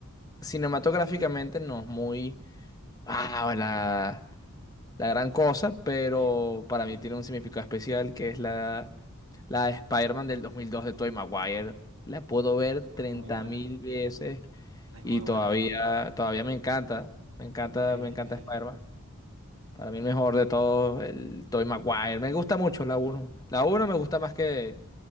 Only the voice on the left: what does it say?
cinematográficamente no es muy, ah, la, la gran cosa, pero
para mí tiene un significado especial que es la, la de Spider-Man del 2002 de Tobey Maguire. La puedo ver
treinta
mil veces
y
todavía,
todavía me encanta. Me encanta,
me encanta
Spider-Man.
Para mí el mejor de todos, el Toy Maguire. Me gusta mucho la uno La uno me gusta más que,